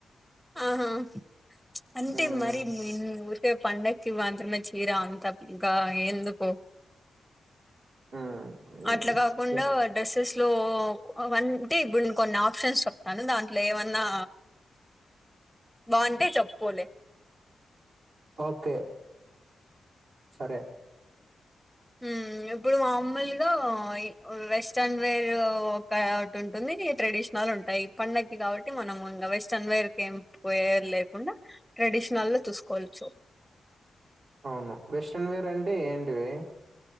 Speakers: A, in the centre; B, on the right.
A: ఆహా అంటే
B: మ్మ్
A: మరి నీ మీ ఊరు పండగ్కి మాత్ర్రమే చీర అంత ఇంకా ఎందుకో
B: మ్మ్
A: అట్లాగా కుండా
B: ఏ-
A: డ్రెస్సెస్ లో అంటే ఇప్పుడు నేను కొన్ని ఆప్షన్స్ చెప్తాను దాంట్లో ఏమన్నా బాగుంటే చెప్పుకోలే
B: ఓకే సరే
A: ఉమ్ ఇప్పుడు మామూలుగా వెస్టర్న్ వేర్ ఒకటి ఉంటుంది ట్రెడిషనల్ ఉంటాయి పండగకి కాబట్టి మనం ఇంకా వెస్ట్రన్ వేర్ క ఏం లేకుండా ట్రెడిషనల్ లో చూసుకోవచ్చు
B: అవును వెస్ట్రన్ వేర్ అంటే ఏంటివి